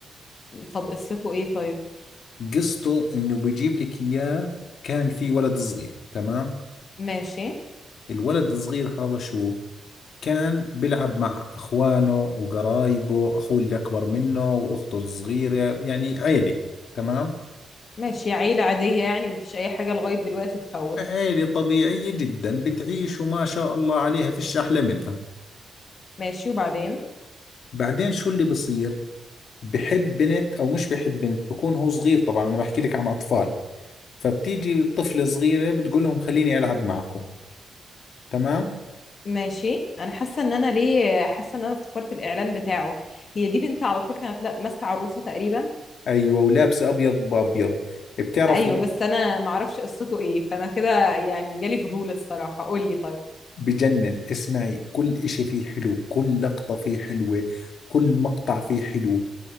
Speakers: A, on the left; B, on the left.
A: طب قصته ايه طيب
B: قصته إنه بيجيب لك إياه كان في ولد صغير تمام
A: ماشي
B: الولد الصغير هذا شو كان بيلعب مع إخوانه وقرايبه أخوه اللي أكبر منه وأخته الصغيرة يعني عيلة تمام
A: ماشي عيلة عادية يعني مفيش اي حاجة لغاية دلوقتي تخوف
B: عيلة طبيعية جدا بتعيش وما شاء الله عليها فيش أحلى منها
A: ماشي وبعدين
B: بعدين شو اللي بصير بحب بنت او مش بحب بنت بكون هو صغير طبعا انا بحكي لك عن اطفال فبتيجي طفلة صغيرة بتقول لهم خليني العب معكم تمام
A: ماشي انا حاسة ان انا ليه حاسة ان انا افتكرت الاعلان بتاعه هي دي بنت على طول كانت لا- ماسكة عروسة تقريبا
B: ايوه ولابسة ابيض بابيض بتعرفي
A: ايوه بس انا معرفش قصته ايه فانا كده يعني جالي فضول الصراحة قول لي طيب
B: بجنن اسمعي كل اشي فيه حلو كل لقطة فيه حلوة كل مقطع فيه حلو